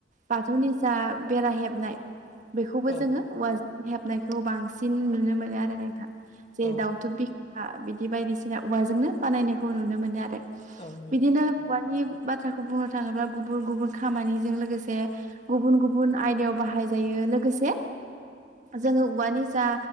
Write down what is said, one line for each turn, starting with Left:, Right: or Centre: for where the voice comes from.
Right: बाथौनि जा बेरा हेबनाय बेखौबो
Left: औ
Right: जोङो औवाजों हेबनायखौ बांसिन नुनो मोनो आरो नोंथां जेरै
Left: औ
Right: दाावथुब बिख आ बिदि बायदिसिना उवाजोंनो बानायनायखौ नुनो मोनो आरो
Left: औ नुयो
Right: बिदिनो उवानि बाथ्राखौ बुंनो थाङोब्ला गुबुन-गुबुन खामानिजों लोगोसे गुबुन-गुबुन आयदायाव बाहाय जायो लोगोसे जोङो उवानि जा